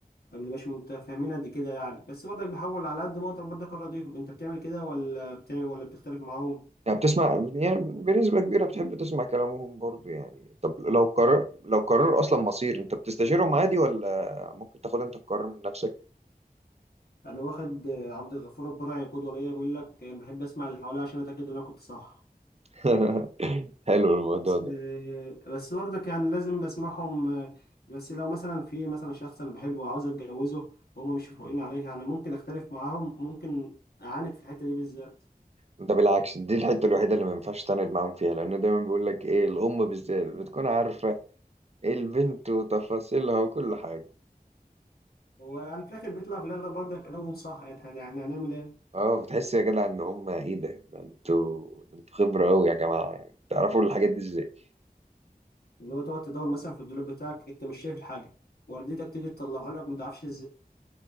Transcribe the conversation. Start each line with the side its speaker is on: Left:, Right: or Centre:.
Left: فمبنبقاش متفاهمين قد كده يعني بس برضك بحاول على قد ما اقدر برضك ارضيهم انت بتعمل كده ولا بتعمل ولا بتختلف معاهم
Right: يعني بتسمع يعني بنسبة كبيرة بتحب تسمع كلامهم برضو يعني طب لو قرار لو قرار اصلا مصير انت بتستشيرهم عادي ولا ممكن تاخد انت القرار من نفسك
Left: انا واخد آه، عبد الغفور البرعي قدوه ليا بيقول لك انا بحب اسمع اللي حواليا عشان اتاكد ان انا كنت صح
Right: <laughs> حلو الموضوع
Left: بس
Right: ده
Left: آه، بس برضك يعني لازم بسمعهم آه، بس لو مثلا في مثلا شخص انا بحبه وعاوز اتجوزه وهما مش فوقين عليه يعني ممكن اختلف معاهم ممكن اعاند في الحته دي بالذات
Right: ده بالعكس دي الحتة الوحيدة اللي ما ينفعش تعاند معاهم فيها لأن دايما بيقول لك إيه الأم بالذات بتكون عارفة إيه البنت وتفاصيلها وكل حاجة
Left: هو يعني في الاخر بيطلع في الاغلب برضك كلامهم صح يعني احنا إحنا هنعمل ايه
Right: أه بتحس يا جدع إن هم إيه ده ده أنتوا ده أنتوا خبرة أوي يا جماعة يعني تعرفوا الحاجات دي إزاي
Left: اللي هو تقعد تدور مثلا في الدولاب بتاعك انت مش شايف الحاجه والدتك تيجي تطلعها لك ما تعرفش